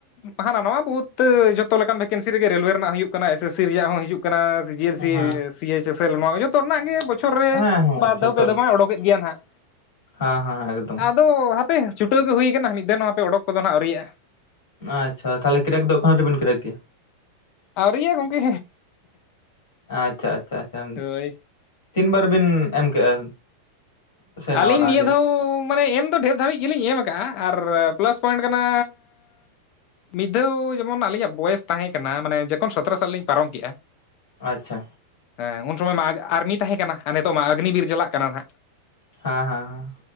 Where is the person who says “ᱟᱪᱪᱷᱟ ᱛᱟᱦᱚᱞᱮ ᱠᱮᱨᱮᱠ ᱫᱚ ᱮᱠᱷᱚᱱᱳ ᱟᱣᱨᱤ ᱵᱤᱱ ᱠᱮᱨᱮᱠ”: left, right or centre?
Left